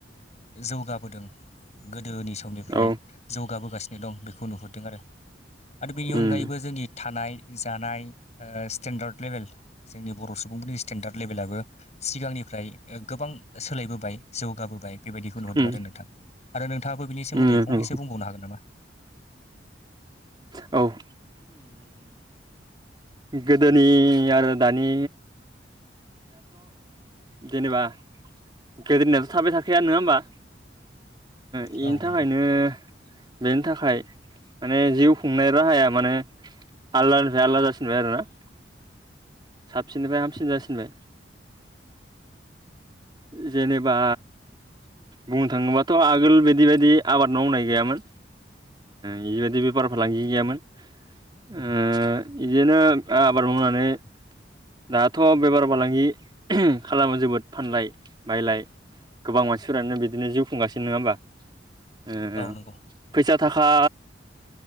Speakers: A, on the left; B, on the right.
A: जौगाबोदों गोदोनि समनिफ्राय
B: औ
A: जौगाबोगासिनो दं बेखौ नुहुरदों आरो आरो बेनि
B: उम
A: अनगायैबो जोंनि थानाय जानाय स्टेन्डार्ड लेभेल जोंनि बर' सुबुंफोरनि स्टेन्डार्द लेभेलाबो सिगांनिफ्राय गोबां सोलायबोबाय जौगाबोबाय बेबायदिखौ नुरदों
B: उम
A: आरो नोंथां आरो नोंथांङाबो बिनिोमोन्दै
B: उम नंगौ
A: फंनसो बुंबावनो हागोन नामा?
B: औ गोदोनि आरो दानि जेनेबा गोदोनिथ' थाबाय थाखाया नंङा होमबा बेनि
A: औ नंगौ
B: थाखायनो बेनि थाखाय माने जिउ खुंनाय राहाया माने <unintelligible> <unintelligible> साबसिननिफ्राय हामसिन जासिनबाय जेनेबा बुंनो थांङोबाथ' आगोल बिदि बायदि आबाद मावनाय गैयामोन बेबायदि बेफार फालांगि गैयामोन ओ बिदिनो आबाद मावनानै दाथ' बेबार फालांगि खालामो जोबोद फानलाय बायलाय गोबां मानसिफोरानो बिदिनो जिउ खुंगासिनो नंङा होमबा
A: औ नंगौ
B: फैसा थाखा